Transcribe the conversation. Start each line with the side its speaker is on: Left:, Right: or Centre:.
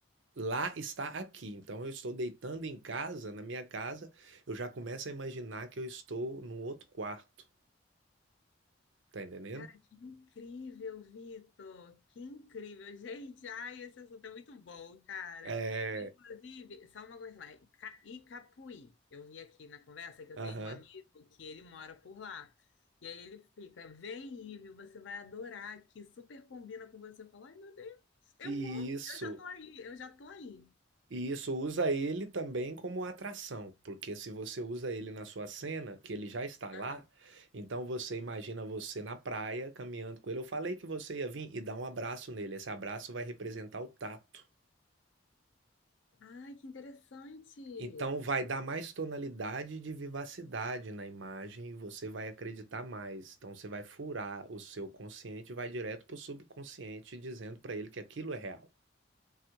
Right: lá está aqui. Então eu estou deitando em casa, na minha casa, eu já começo a imaginar que eu estou num outro quarto, tá entendendo?
Left: Cara, que incrível, Vitor! Que incrível! Gente, ai, esse assunto é muito bom, cara.
Right: É,
Left: Inclusive, só uma coisa mais, Ica- Icapuí. Eu vi aqui na conversa que eu
Right: aham.
Left: tenho um amigo que ele mora por lá. E aí ele fica, vem, Ive, você vai adorar aqui, super combina com você. Eu falo, ai, meu Deus, eu
Right: E
Left: vou,
Right: isso,
Left: eu já tô aí, eu já tô aí.
Right: e isso usa ele também como atração, porque se você usa ele na sua cena, que ele já está lá,
Left: Aham.
Right: então você imagina você na praia caminhando com ele. Eu falei que você ia vir e dar um abraço nele. Esse abraço vai representar o tato.
Left: Ai, que interessante.
Right: Então vai dar mais tonalidade de vivacidade na imagem e você vai acreditar mais. Então você vai furar o seu consciente e vai direto para o subconsciente dizendo para ele que aquilo é real.